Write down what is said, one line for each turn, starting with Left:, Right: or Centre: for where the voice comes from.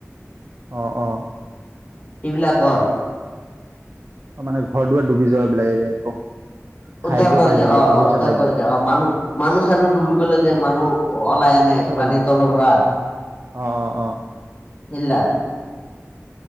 Right: অহ অহ।
Left: সেইবিলাকৰ।
Right: মানে ঘৰ দুৱাৰ ডুবি যোৱা বিলাকে। সাহায্য
Left: উদ্ধাৰ কৰে
Right: পাই
Left: যায়
Right: যে
Left: অ
Right: কিবা পইচা
Left: অ
Right: চইচা
Left: উদ্ধাৰ
Right: পাই
Left: কৰে
Right: যে
Left: যায় অ মানুহ মানুহ চানো ডুবি গ'লে যে মানুহ ওলাই আনে।
Right: পইচা পাই
Left: পানীৰ
Right: যে
Left: তলৰ পৰা।
Right: অ অ অ অ।
Left: খিলা।